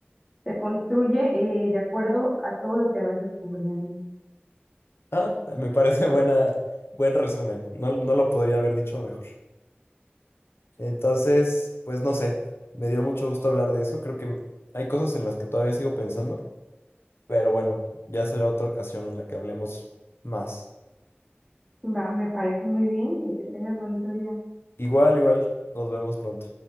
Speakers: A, in the centre; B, on the left (about 80°).
A: Se construye eh, de acuerdo a todo lo que vas descubriendo.
B: ah, me parece buena, buen resumen. No, no lo podría haber dicho mejor. Entonces, pues no sé, me dio mucho gusto hablar de eso. Creo que hay cosas en las que todavía sigo pensando, pero bueno, ya será otra ocasión en la que hablemos más.
A: Va, me parece muy bien y que tengas bonito día.
B: Igual, igual, nos vemos pronto.